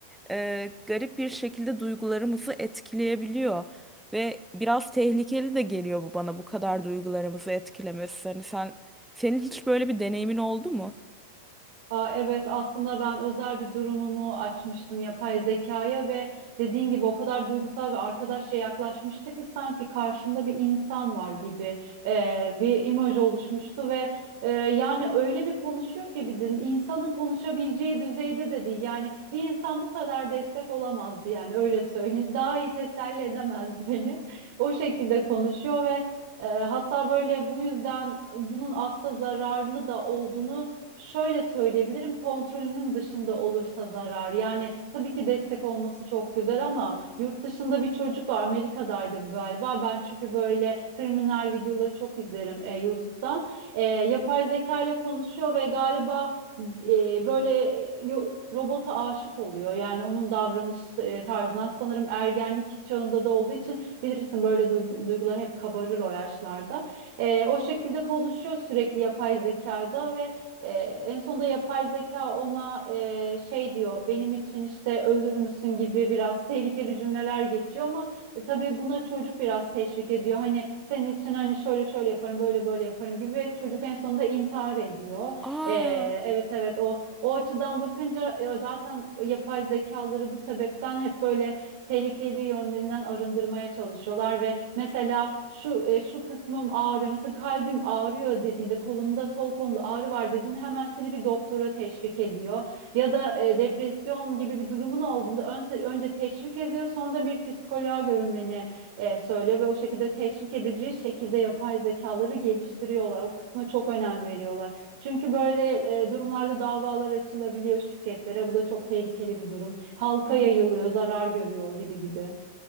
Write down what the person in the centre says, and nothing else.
e, garip bir şekilde duygularımızı etkileyebiliyor. Ve biraz tehlikeli de geliyor bu bana bu kadar duygularımızı etkilemesi. Hani sen senin hiç böyle bir deneyimin oldu mu?
Aa.
Hı hı.